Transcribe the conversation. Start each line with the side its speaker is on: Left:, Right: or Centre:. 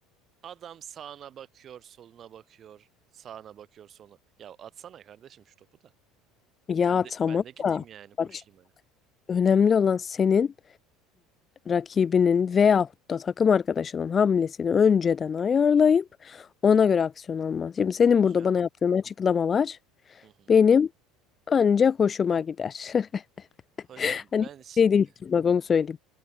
Right: Adam sağına bakıyor, soluna bakıyor, sağına bakıyor, soluna. Ya atsana kardeşim şu topu da.
Left: Ya
Right: Ben de
Left: tamam
Right: ben de gideyim
Left: da
Right: yani koşayım
Left: bak şimdi
Right: hani.
Left: önemli olan senin rakibinin veyahut da takım arkadaşının hamlesini önceden ayarlayıp ona göre aksiyon alman. Şimdi senin
Right: Hocam.
Left: burada bana yaptığın açıklamalar
Right: Hı hı.
Left: benim ancak hoşuma gider. <laughs>
Right: Hocam ben
Left: Hani
Right: şimdi
Left: şey değiştirmez onu söyleyeyim.